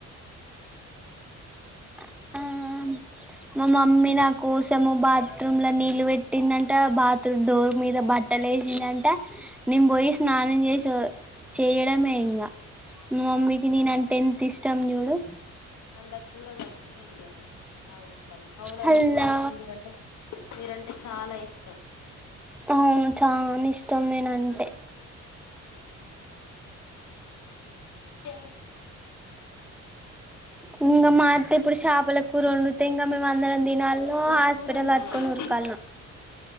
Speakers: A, in the centre; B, on the left.
A: ఊఁ మా మమ్మీ నా కోసము బాత్రూమ్ ల నీళ్ళు పెట్టిందటా, బాత్రూమ్ డోర్ మీ బట్టలు ఏసిందంట. నేను బొయి స్నానం జేసి ఒ చెయ్యడమే ఇంగ. మా మమ్మికి నేనంటె ఎంతిష్టం జూడు.
B: అంత కూడగా కూరలున్నయని ఆగి ఇతమతం. అవునండి
A: హల్లా
B: మీ మమ్మీకి మీరంటే మీరంటె చాల ఇష్టం.
A: అవును, చాన ఇష్టం నేనంటే.
B: ఏ
A: ఉమ్ ఇంగ మా అత్త ఇప్పుడు చాపల కూర ఒండుతే, ఇంగ మేము అందరం దినాలి. ఓ
B: ఇది
A: హాస్పిటల్
B: కూర అంటామా
A: అక్కనే
B: మరి
A: ఉరుకాల్న?